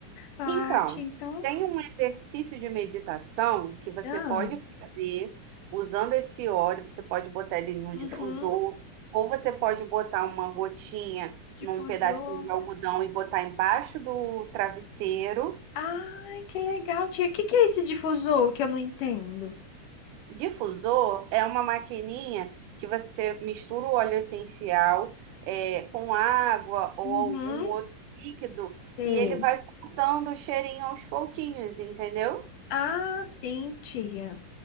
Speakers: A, on the left; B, on the right.
A: Ah,
B: Então,
A: tia, então
B: tem um exercício de meditação que você
A: Ah,
B: pode fazer usando esse óleo. Você pode botar ele num
A: Uhum.
B: difusor, ou você pode botar uma gotinha
A: Difusor.
B: num pedacinho de algodão e botar embaixo do travesseiro.
A: ai, que legal, tia. O que que é esse difusor que eu não entendo?
B: Difusor é uma maquininha que você mistura o óleo essencial é, com água ou
A: Uhum.
B: algum outro líquido
A: Sei.
B: e ele vai soltando o cheirinho aos pouquinhos, entendeu?
A: Ah, sim, tia.